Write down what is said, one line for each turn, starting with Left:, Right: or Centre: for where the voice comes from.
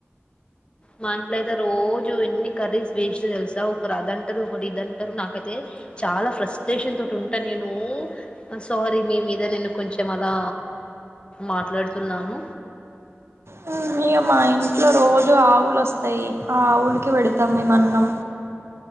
Left: మా ఇంట్లో అయితే రోజు ఎన్ని కర్రీస్ వేస్ట్ తెలుసా ఒకరు అదంటరు ఒకరు ఇదంటరు నాకైతే చాలా ఫ్రస్టేషన్ తోటి ఉంటా నేను సారీ మీ మీద నేను కొంచెం అలా మాట్లాడుతున్నాను
Right: హ్మ్ ఇగ మా ఇంట్లో రోజు ఆవులు ఒస్తాయి ఆ ఆవులకి పెడతాం మేము అన్నం